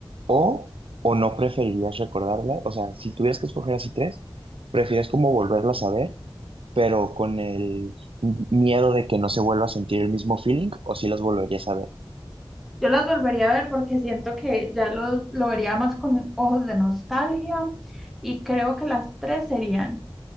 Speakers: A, on the right (about 80°); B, in the centre.
A: ¿O, o no preferirías recordarlas? O sea, si tuvieras que escoger así tres, ¿prefieres como volverlas a ver, pero con el m- miedo de que no se vuelva a sentir el mismo feeling? ¿O si las volverías a ver?
B: Yo las volvería a ver porque siento que ya los, lo vería más con ojos de nostalgia y creo que las tres serían